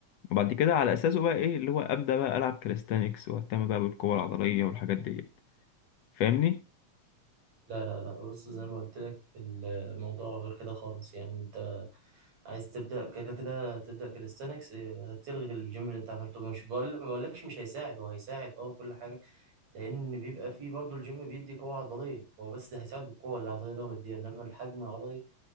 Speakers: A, on the left (about 70°); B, on the right (about 65°).
A: وبعد كده على اساسه بقى ايه اللي هو ابدا بقى العب كاليستانكس واهتم بقى بالقوه العضليه والحاجات دي فاهمني
B: لا لا لا بص زي ما قلت لك الموضوع غير كده خالص يعني انت عايز تبدا كده كده تبدا كاليستانكس هتلغي الجيم اللي انت عملته مش بقول ما بقولكش مش هيساعد هو هيساعد اه وكل حاجه لان بيبقى فيه برضه الجيم بيدي قوه عضليه هو بس هيساعد بالقوه العضليه اللي هو مديها انما الحجم العضلي